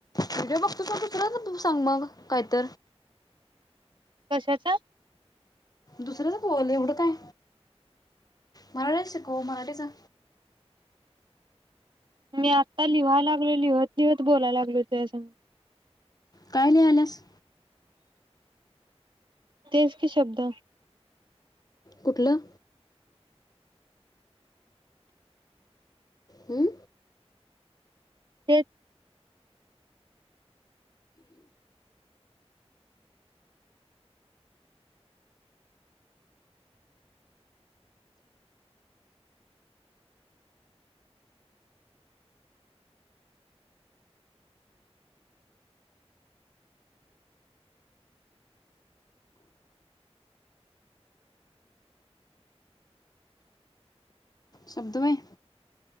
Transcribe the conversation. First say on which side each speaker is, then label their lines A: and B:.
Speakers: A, on the left; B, on the right.
A: व्हिडीओ बघ त दुसरा सांग मग कायत
B: कशाचा
A: दुसरंच बोल एवढं काय मराठीच शिकव मराठीचा
B: मी आता लिहायला लागल लिहत दिवत बोलाय लागलोय तुया संग
A: काय लिहायल्यास
B: तेच कि शब्द
A: कुठल हम्म?
B: तेच
A: शब्दवय